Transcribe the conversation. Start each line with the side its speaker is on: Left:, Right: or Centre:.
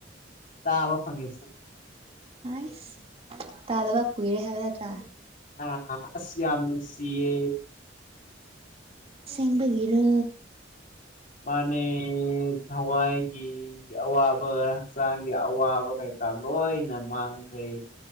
Left: ꯇꯥꯕ ꯐꯪꯉꯤꯁꯦ
Right: <unintelligible> ꯑꯩꯁ ꯇꯥꯗꯕ ꯀꯨꯏꯔꯦ ꯍꯥꯏꯕ ꯅꯠꯇ꯭ꯔꯥ
Left: ꯑ ꯑꯁ ꯌꯥꯝ ꯅꯨꯡꯁꯤꯌꯦ
Right: ꯑꯁꯦꯡꯕꯒꯤꯔꯣ
Left: ꯃꯥꯅꯦ ꯊꯋꯥꯏꯒꯤ ꯑꯋꯥꯕ ꯍꯛꯆꯥꯡꯒꯤ ꯑꯋꯥꯕ ꯀꯩꯀꯥ ꯂꯣꯏꯅ ꯃꯥꯡꯈ꯭ꯔꯦ